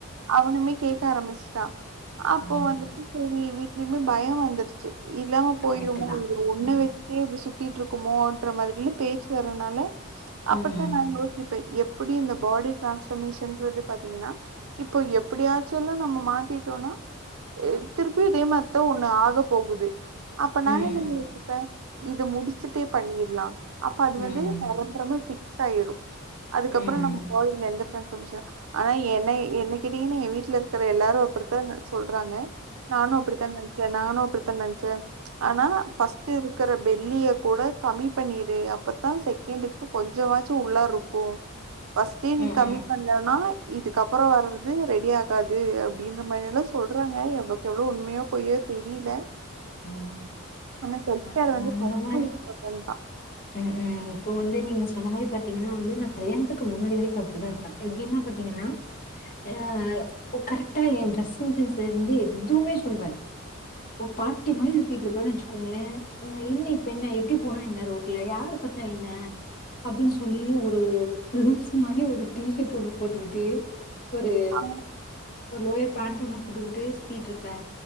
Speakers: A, on the right; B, on the left.
A: அவனுமே கேட்க ஆரம்பிச்சிட்டா அப்போ
B: ஆ
A: வந்துட்டு செரி வீட்டு மே பயம் வந்துருச்சு இல்லாம போயிருமோனு
B: கரெக்ட்டு தான்
A: ஒன்ன
B: ம்
A: வச்சே இது சுத்திட்டு இருக்குமோன்ற மாதிரில பேச்சு வர்ரனால அப்படித்தா
B: ம்
A: நா யோசிப்பே எப்படியு இந்த பாடி டிரான்ஸ்வர்மேஷன்றது பாத்தீங்கன்னா இப்போ எப்படியாச்சுல்லா நம்ம மாத்திட்டோனா திருப்பியு இதே மா ஏதோ ஒண்ணு ஆக போகுது அப்ப நா
B: ம்
A: என்னா யோசிப்ப இத முடிச்சுட்டே பண்ணிடலா அப்ப அது
B: ம் ம்
A: வந்து ரொம்ப ரொம்ப பிக்ஸ் ஆயிரு அதுக்கப்புறோ
B: ம்
A: நம்ம பாடி எந்த டிரன்சவமெசனு ஆனா என்னை என்ன கேட்டீங்கன்னா வீட்டுல இருக்கிற எல்லாரு அப்படித்தா சொல்றாங்க நானு அப்படித்தா நெனச்சே நானு அப்படித்தா நெனச்ச ஆனா பர்ஸ்ட் இருக்கற பெள்ளிய கூட கம்மி பண்ணிரு அப்பத்தா செகண்டுக்கு கொஞ்சமாச்சு உள்ள இருக்கும் பஸ்டே நீ
B: ம்
A: கம்மி
B: ம்
A: பண்ணலேன்னா இதுக்கப்புறோ வர்றது ரெடி ஆகாது அப்படின்ற மாரி எல்லா சொல்றாங்க எவ்வளவுக்கு எவ்வளோ உண்மையோ போய்யோ தெரியல
B: ம்
A: ஆனா செல்ப்
B: ஆ
A: கேர் வந்து
B: அந்த
A: ரொம்ப
B: மாரி
A: இப்பார்டன்ட் தா
B: ம் ம் இப்ப வந்து நீங்க சொன்ன மாரி பாத்தீங்கன்னா வந்து நா கல்யாணத்துக்கு முன்னாடி வரைக்கு அப்படி தா இருப்பே எப்படின்னா பாத்தீங்கன்னா ஆ கரெக்டா எ டிரரெஸ்ஸிங் சென்ஸ்ல இருந்து எதுவுமே சொல்றே ஓ பாட்டி மாரி சுத்திட்டுரிப்பேனு வச்சுக்கோங்களே என்ன இப்ப என்ன எப்படி போனா என்ன ரோட்ல யாரு பாரத்தா என்ன அப்படின்னு சொல்லி ஒரு லூஸ் மாரி ஒரு டீஷர்ட்டு ஒன்னு போட்டுக்கிட்டு ஒரு
A: ஆ,
B: ஒரு லோயர் பேண்ட்டு ஒண்ணு போட்டுக்கிட்டு சுத்திட்டு இருப்பே